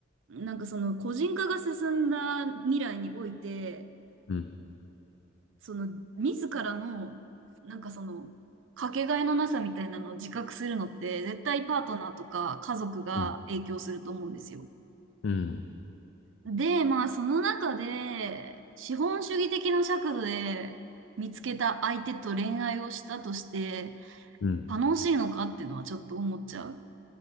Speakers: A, on the right (about 85°); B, on the left (about 70°).
A: なんかその個人化が進んだ未来において、
B: うん、
A: その、自らの、なんかその、かけがえのなさみたいなのを自覚するのって、絶対パートナーとか家族が影響すると思うんですよ。
B: うん、うん、
A: で、まあ、その中で、資本主義的な尺度で見つけた相手と恋愛をしたとして、
B: うん。
A: 楽しいのかっていうのはちょっと思っちゃう。